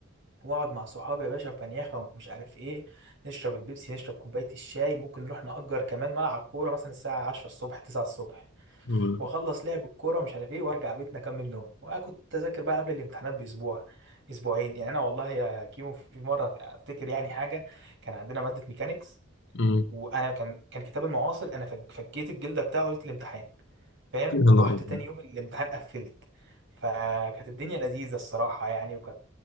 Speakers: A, on the right (about 60°); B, on the left (about 60°).
A: واقعد مع صحابي يا باشا وفنيخه ومش عارف ايه نشرب البيبسي نشرب كوبايه الشاي ممكن نروح نأجر كمان ملعب كوره مثلا الساعه 10 الصبح 9 الصبح
B: امم
A: واخلص لعب الكوره ومش عارف ايه وارجع بيتنا اكمل نوم وكنت اذاكر بقى قبل الامتحانات باسبوع اسبوعين يعني انا والله يا كيمو في مره افتكر يعني حاجه كان عندنا ماده ميكانيكس
B: امم
A: وانا كان كان كتاب المعاصر انا فك- فكيت الجلده بتاعه ليله الامتحان فاهم
B: يا
A: ورحت
B: نهار أبيض.
A: تاني يوم الامتحان قفلت فكانت الدنيا لذيذه الصراحه يعني وكانت